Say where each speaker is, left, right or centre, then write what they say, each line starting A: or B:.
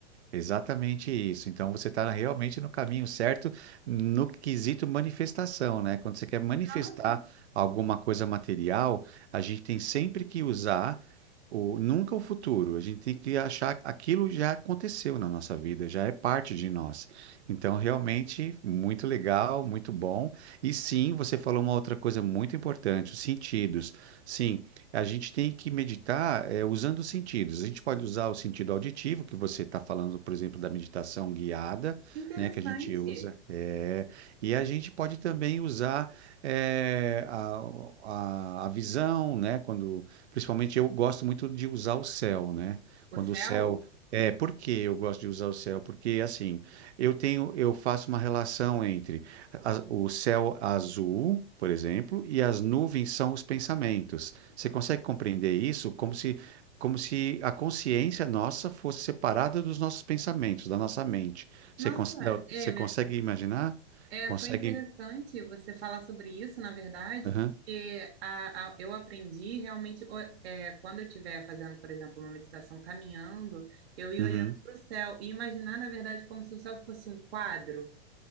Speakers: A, on the right; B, on the right.
A: Exatamente isso. Então você está realmente no caminho certo no quesito manifestação, né? Quando você quer manifestar
B: Nossa,
A: alguma coisa material, a gente tem sempre que usar o nunca o futuro. A gente tem que achar aquilo já aconteceu na nossa vida, já é parte de nós. Então realmente muito legal, muito bom. E sim, você falou uma outra coisa muito importante, os sentidos. Sim, a gente tem que meditar é, usando os sentidos. A gente pode usar o sentido auditivo, que você está falando, por exemplo, da meditação guiada,
B: que interessante!
A: né, que a gente usa. é, e a gente pode também usar é, a, a, a visão, né, quando, principalmente eu gosto muito de usar o céu, né,
B: O
A: quando
B: céu?
A: o céu é, por que eu gosto de usar o céu? Porque assim, eu tenho, eu faço uma relação entre a- o céu azul, por exemplo, e as nuvens são os pensamentos. Você consegue compreender isso como se, como se a consciência nossa fosse separada dos nossos pensamentos, da nossa mente. Você,
B: Nossa,
A: cons- da-
B: Emerson,
A: você consegue imaginar?
B: é,
A: Consegue?
B: foi interessante você falar sobre isso, na verdade,
A: Aham,
B: porque a, a- eu aprendi realmente, o- é, quando eu estiver fazendo, por exemplo, uma meditação caminhando, eu ir
A: uhum.
B: olhando para o céu e imaginar, na verdade, como se o céu fosse um quadro.